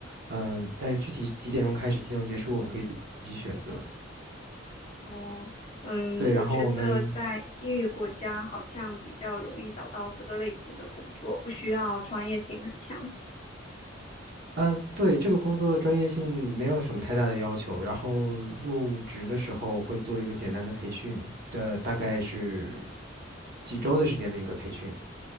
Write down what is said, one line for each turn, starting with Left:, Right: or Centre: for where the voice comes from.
Right: 嗯，但是具体几点钟开始，几点钟结束，我们可以自己选择。
Left: 嗯嗯，
Right: 对，
Left: 我觉得在英语国家好像比较容易找到这个类型的工作，
Right: 然后我们，
Left: 不需要专业性很强。
Right: 嗯、对，这个工作专业性没有什么太大的要求，然后入职的时候会做一个简单的培训，这大概是几周的时间的一个培训。